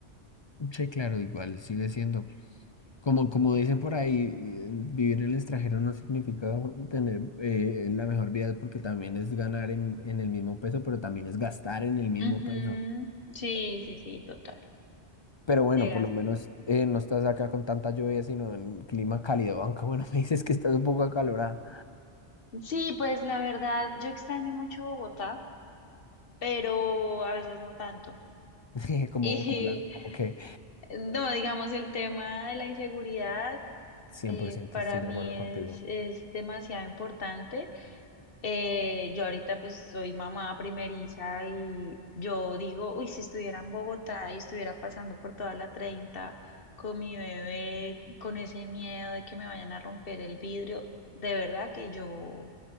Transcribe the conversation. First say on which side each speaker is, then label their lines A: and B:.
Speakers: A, on the left (about 35°); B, on the left (about 55°).
A: Che, claro, igual sigue siendo. Como, como dicen por ahí, eh, vivir en el extranjero no significa tener eh, la mejor vida porque también es ganar en, en el mismo peso, pero también es gastar en el mismo
B: Ujú,
A: peso.
B: Sí, sí, sí, total,
A: Pero bueno,
B: te gasta.
A: por lo menos eh, no estás acá con tanta lluvia, sino en clima cálido, aunque bueno, <laughs> me dices que estás un poco acalorada,
B: Sí, pues la verdad, yo extraño mucho Bogotá, pero a veces no tanto.
A: <laughs> como,
B: Y
A: como, la, como
B: <laughs>
A: que
B: no, digamos, el tema de la inseguridad.
A: cien
B: eh,
A: por ciento
B: para
A: estoy
B: mí
A: de acuerdo contigo.
B: es, es demasiado importante. Eh, yo ahorita pues soy mamá primeriza y yo digo, uy, si estuviera en Bogotá y estuviera pasando por toda la 30 con mi bebé, con ese miedo de que me vayan a romper el vidrio, de verdad que yo